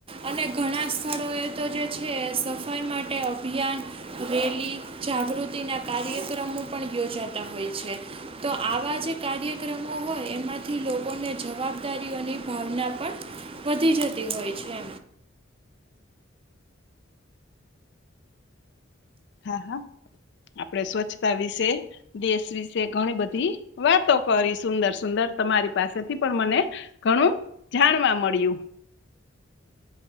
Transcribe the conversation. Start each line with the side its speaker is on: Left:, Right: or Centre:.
Right: અને ઘણા સ્થળોએ તો જે છે, એ ફાઈ માટે અભિયાન રેલી, જાગૃતિના કાર્યક્રમો પણ યોજાતા હોય છે. તો આવા જે કાર્યક્રમો હોય, એમાંથી લોકોને જવાબદારીઓની ભાવના પણ વધી જતી હોય છે.
Left: હા, હા. આપડે સ્વચ્છતા વિશે દેસ વિસે ઘણી બધી વાતો કરી સુંદર-સુંદર, તમારી પાસેથી પણ મને ઘણું જાણવા મળ્યું.